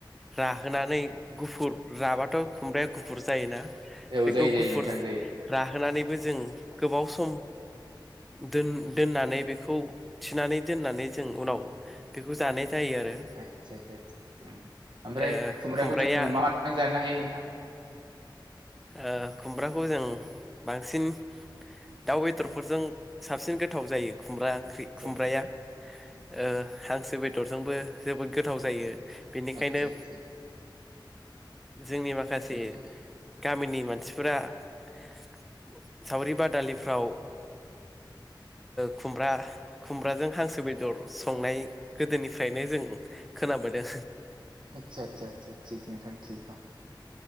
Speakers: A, in the centre; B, on the right.
A: राहोनानै गुफुर राबाथ' खुमब्राया गुफुर जायोना।
B: औ
A: बेखौ
B: जायो जायो
A: गुफुर
B: नोंथां जायो जायो
A: राहोनानैबो जों गोबाव सम
B: <inaudible>
A: दोननानै बेखौ थिनानै दोननानै जों उनाव बेखौ जानाय जायो आरो
B: आतसा आतसा आतसा ओमफ्राय
A: ओ
B: खुमब्राखौ
A: खुमब्राया
B: जोङो मा माजों जानो हायो नोंथां? थां
A: ओ खुमब्राखौ जों बांसिन दाउ बेदरफोरजों साबसिन गोथाव जायो। खुमब्रा ओंख्रि
B: आदसा
A: खुमब्राया
B: आदसा आदसा
A: ओ हांसो बेदरजोंबो जोबोद गोथाव जायो। बेनिखायनो
B: आदसा आदसा
A: जोंनि माखासे
B: थिग दं
A: गामिनि मानसिफोरा । सावरि बादालिफ्राव ओ खुमब्रा खुमब्राजों हांसो बेदर संनाय गोदोनिफ्रायनो जों खोनाबोदों।
B: आदसा आदसा आदसा थिग नोंथां थिग दं